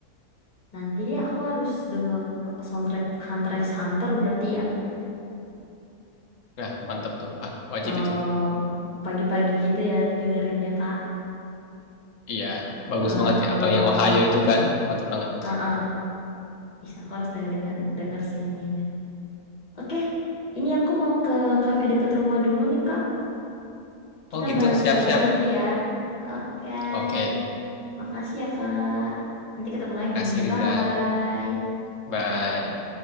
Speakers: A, on the left (about 25°); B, on the left (about 55°).
A: Nanti deh aku harus denger soundtrack Hunter x Hunter berarti ya.
B: Nah, mantap tuh. Pak. Wajib
A: Eh,
B: itu.
A: pagi-pagi gitu ya dengerinnya, Kak.
B: Iya, bagus
A: Eh,
B: banget ya.
A: eh,
B: Apa yang Ohio itu kan? Mantap banget.
A: eh, eh. Bisa, aku harus denger, denger sini. Oke, ini aku mau ke kafe deket rumah dulu nih, Kak. Kita
B: Oh gitu,
A: bahas
B: siap-siap.
A: lagi nanti ya. Oke.
B: Oke,
A: Makasih ya, Kak. Nanti ketemu lagi.
B: kasih Riza.
A: Bye.
B: Bye.